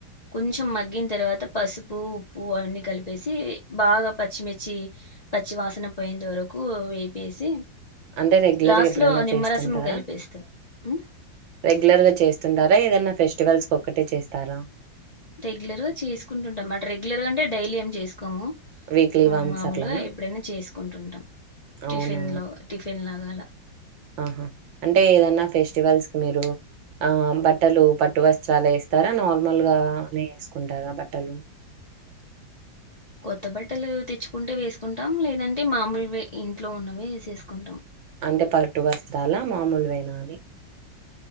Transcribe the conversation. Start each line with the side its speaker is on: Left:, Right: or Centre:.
Left: కొంచెం మగ్గిన తర్వాత పసుపు ఉప్పు అవన్నీ కలిపేసి బాగా పచ్చిమిర్చి పచ్చి వాసన పోయేంత వరకు వేపేసి
Right: అంటే రెగ్యులర్గా
Left: లాస్ట్
Right: ఎప్పుడైనా
Left: లో నిమ్మరసం
Right: చేస్తుంటారా
Left: కలిపేస్తాం మ్మ్
Right: రెగ్యులర్ గా చేస్తుంటారా ఏదనా ఫెస్టివల్స్ ఒకక్కటే చేస్తారా
Left: రెగ్యులర్గాసుకుంటామాట రెగ్యులర్గా అంట డైలీ ఏం చేసుకోం పుఖము
Right: వీక్లీ వన్స్
Left: మామూలుగా
Right: అట్లనా?
Left: ఎప్పుడైనా చేసుకుంటుంటాం
Right: అవునా
Left: టిఫిన్ లో టిఫిన్ లాగా అలా
Right: ఆహా అంటే ఏదన్నా ఫెస్టివల్ మీరు ఆ బట్టలు పట్టు వస్త్రాలే వేస్తారా నార్మల్ గా నే వేసుకుంటారా బట్టలు
Left: కొత్త బట్టలు తెచ్చుకుంటే వేసుకుంటాం లేదంటే మామూలు వే ఇంట్లో ఉన్నవే వేసేసుకుంటాం
Right: అంటే పట్టు వస్త్రాల మామూలువేనా అని